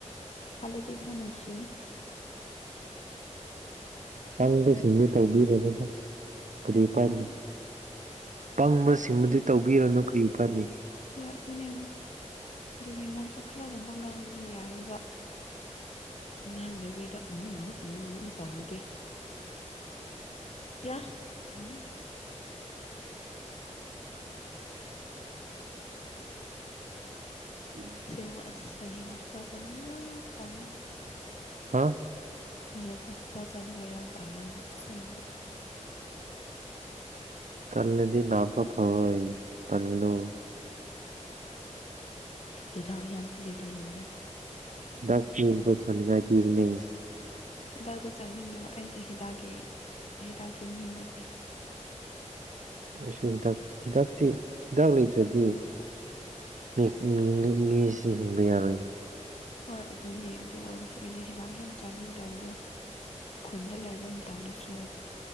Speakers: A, on the left (about 60°); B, on the right (about 90°).
A: ꯈꯂꯗꯤꯕ <unintelligible> ꯅꯨꯡꯁꯤ <inaudible>
B: ꯇꯟꯕ ꯁꯤꯡꯗꯤ ꯇꯧꯕꯤꯔꯨꯅꯨ ꯀꯔꯤ ꯀꯥꯟ
A: ꯑ
B: ꯄꯪꯕ ꯁꯤꯡꯕꯨꯗꯤ ꯇꯧꯕꯤꯔꯨꯅꯣ ꯀꯔꯤ ꯀꯥꯟꯅꯤ
A: ꯍꯣꯏ ꯑꯗꯨꯅꯦ ꯑꯗꯨꯅꯦ ꯃꯣꯏꯁꯨ ꯈꯔꯒꯨꯝꯕ ꯉꯥꯡꯒꯅꯤ ꯌꯥꯏꯑꯕ ꯉꯥꯡꯗꯕꯤꯗ ꯎꯝ ꯎꯝ ꯎꯝ ꯎꯝ ꯎꯝ ꯇꯧꯔꯗꯤ ꯌꯥ ꯀꯔꯤꯅ‌ꯦ
B: ꯎ <inaudible>
A: ꯑꯁꯦꯡꯕ ꯑꯁ ꯑꯩꯌꯦꯡ ꯀꯣꯁꯜ ꯆꯅꯤꯡꯉ ꯌꯥꯝ ꯇꯜꯂꯦ
B: ꯍꯥꯥ
A: ꯍꯌꯥꯡ ꯍꯁꯄꯤꯇꯥꯜ ꯄꯗꯨꯅ ꯑꯩ ꯌꯥꯝ ꯇꯥꯜꯂꯦꯕ ꯑꯁꯦꯡꯕ
B: ꯇꯜꯂꯗꯤ ꯅꯥꯕꯐꯔꫭꯏ ꯇꯒꯅꯣ
A: ꯍꯤꯗꯥꯛ ꯌꯥꯝ ꯄꯤꯔꯗꯤ ꯂꯣꯏꯔꯦ
B: ꯍꯤꯗꯥꯛ ꯄꯤꯕꯗꫭ ꯐꯅꯤꯉꯥꯏ ꯄꯤꯕꯅꯦ
A: ꯍꯤꯗꯥꯛꯇꯣ ꯆꯥꯅꯤꯡꯗꯕ ꯑꯩꯁꯦ ꯍꯤꯗꯥꯛꯀꯤ ꯍꯤꯗꯥꯛꯀꯤ ꯃꯤ ꯅꯠꯇꯦ
B: ꯑꯩꯁꯨ ꯍꯤꯗꯥꯛ ꯍꯤꯗꯥꯛꯇꯤ ꯍꯤꯗꯥꯛ ꯂꯩꯇ꯭ꯔꯗꯤ ꯃꯤ ꯃꯤ ꯃꯤꯁꯤ ꯍꯤꯡꯕ ꯌꯥꯔꯣꯏꯅ‌ꯦ
A: ꯍꯣꯏ ꯑꯗꯨꯅꯦ ꯑꯗꯨ ꯑꯣꯏꯔꯁꯨ ꯑꯩꯗꯤ ꯍꯤꯗꯥꯛ ꯌꯥꯝ ꯆꯥꯅꯤꯡꯗꯕꯗꯣ ꯈꯨꯟꯗ ꯂꯩꯕ ꯃꯇꯝꯗꯁꯨ